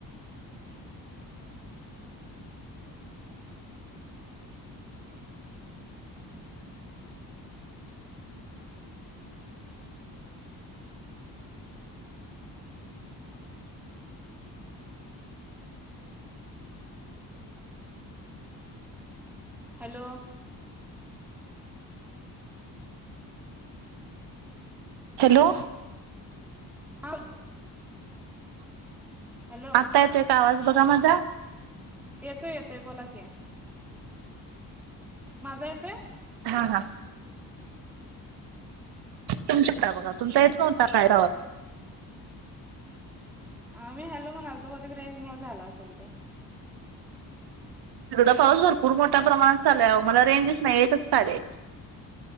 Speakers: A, in the centre; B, on the right (about 75°).
A: हम्म हम्म हॅलो हम्
B: हॅलो
A: हले हॅलो
B: आता येतोय एक का आवाज बघा मजा
A: येतोय येतोय बोलाके माझा येतोय
B: हा हा तुमच्या आ बघा तुमचा यच न्हता काय.
A: ह मी हॅलो म्हणालतो बहतक रेंज मु झाला असेल ते.
B: शिर्डा पाऊस भरपूर मोठ्या प्रमाणातचालां मला रेंज नाहीय आहेतच काडे.